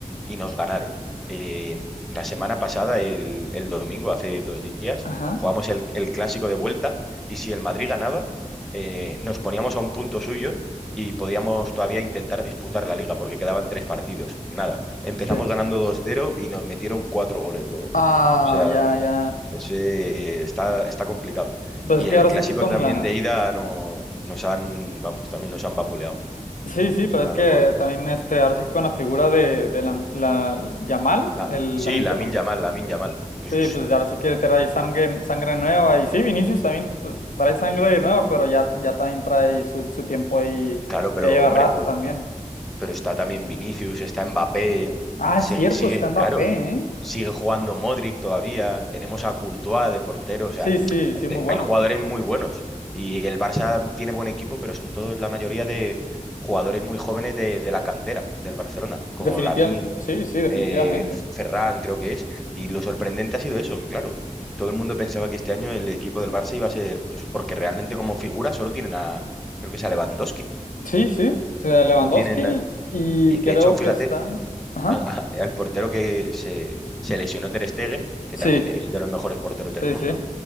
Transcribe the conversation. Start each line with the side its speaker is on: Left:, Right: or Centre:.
Centre: y nos ganaron. Eh, la semana pasada, el, el domingo, hace dos días,
Left: ajá,
Centre: jugamos el, el clásico de vuelta y si el Madrid ganaba, eh, nos poníamos a un punto suyo y podíamos todavía intentar disputar la liga porque quedaban tres partidos. Nada, empezamos
Left: sí,
Centre: ganando dos cero y nos metieron cuatro goles luego.
Left: ah,
Centre: O sea,
Left: ya, ya,
Centre: ese está, está complicado.
Left: pues
Centre: Y
Left: es que
Centre: el
Left: ahora
Centre: clásico
Left: sí que con
Centre: también
Left: la,
Centre: de ida no, nos han, vamos, también nos han vapuleado.
Left: Sí, sí, pero
Centre: Es una
Left: es que
Centre: locura.
Left: también este, ahora sí que con la figura de, de la, la Yamal,
Centre: La,
Left: el Lamine
Centre: sí, Lamine
Left: Yamal,
Centre: Yamal, Lamine Yamal. Pues
Left: sí, pues ahora sí que trae sangre, sangre nueva y sí, Vinicius también pues trae sangre nueva, pero ya, ya también trae su, su tiempo ahí,
Centre: Claro, pero
Left: ya lleva
Centre: hombre,
Left: rato
Centre: pe-
Left: también.
Centre: pero, está también Vinicius, está Mbappé,
Left: Ah,
Centre: sigue,
Left: es cierto,
Centre: sigue-
Left: está Mbappé,
Centre: claro,
Left: ¿eh?
Centre: sigue jugando Modric todavía, tenemos a Courtois de portero, o sea,
Left: Sí, sí, sí,
Centre: te-
Left: muy buenos.
Centre: hay jugadores muy buenos y el Barça tiene buen equipo, pero son todos la mayoría de jugadores muy jóvenes de, de la cantera del Barcelona, como
Left: Definitivamente,
Centre: Lamine,
Left: sí, sí, definitivamente.
Centre: eh, el F- Ferran creo que es, y lo sorprendente ha sido eso, que claro, todo el mundo pensaba que este año el equipo del Barça iba a ser, pues, porque realmente como figura solo tienen a, creo que es a Lewandowski.
Left: Sí, sí, o sea, Lewandowski
Centre: No tienen,
Left: y
Centre: y de
Left: creo
Centre: hecho, fíjate,
Left: que está, ajá,
Centre: a- a- al portero que se, se lesionó Ter Stegen, que
Left: sí,
Centre: también es de los mejores porteros del
Left: sí,
Centre: mundo,
Left: sí.